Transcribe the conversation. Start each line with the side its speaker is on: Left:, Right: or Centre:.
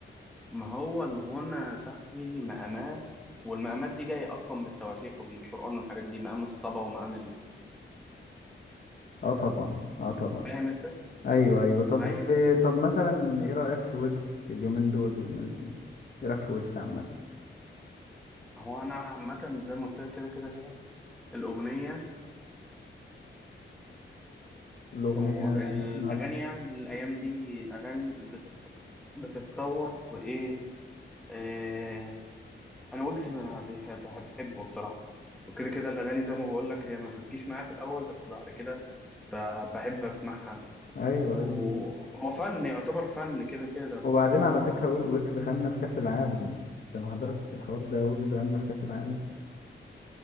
Centre: ما هو الغنى يا صاحبي مقامات والمقامات دي جاية أصلا من التواشيح ومن القرآن والحاجات دي مقام الصبا ومقام ال...
Left: اه طبعا اه طبعا
Centre: فاهم أنت؟
Left: ايوه ايوه طب
Centre: أيوه
Left: طب مثلا ايه رأيك في ويجز اليومين دول والناس دي ايه رأيك في ويجز عامة
Centre: هو أنا عامة زي ما قلت لك كده كده كده الأغنية
Left: الأغنية
Centre: والأغاني
Left: مع-
Centre: يعني الأيام دي الأغاني بتت... بتتطور وإيه إيه... أنا ويجز ما بيح- بح- بحبه بصراحة وكده كده الأغاني زي ما بقول لك هي ما بتجيش معايا في الأول بس بعد كده ب... بحب أسمعها
Left: ايوه
Centre: وهو
Left: ايوه
Centre: فن يعتبر فن كده كده
Left: وبعدين
Centre: بس
Left: على فكرة ويج- ويجز غنى في كأس العالم انت ما حضرتش الحوار ده ويجز غنى في كأس العالم